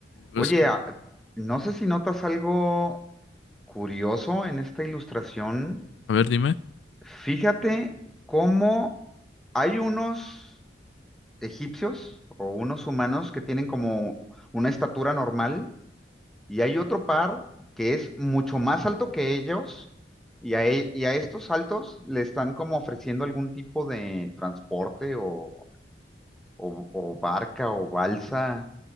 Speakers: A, in the centre; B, on the left.
A: Oye,
B: Es como,
A: a- no sé si notas algo curioso en esta ilustración.
B: a ver, dime.
A: Fíjate cómo hay unos egipcios o unos humanos que tienen como una estatura normal Y hay otro par que es mucho más alto que ellos y a, e- y a estos altos le están como ofreciendo algún tipo de transporte o, o- o barca o balsa.